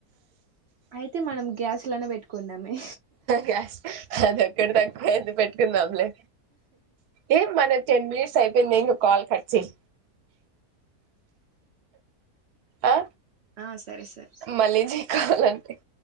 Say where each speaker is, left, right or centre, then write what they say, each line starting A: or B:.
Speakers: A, on the right (about 60°); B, on the right (about 85°).
A: అయితే మనం గ్యాస్ లోనే పెట్టుకున్నామే
B: గ్యాస్ అది ఒక్కటి తక్కువ అయ్యింది పెట్టుకుందాలే ఎ మన టెన్ మినిట్స్ అయిపోయిందా ఇంగ కాల్ కట్ చేయి అ
A: ఆ సరే సరే
B: మళ్ళీ <unintelligible>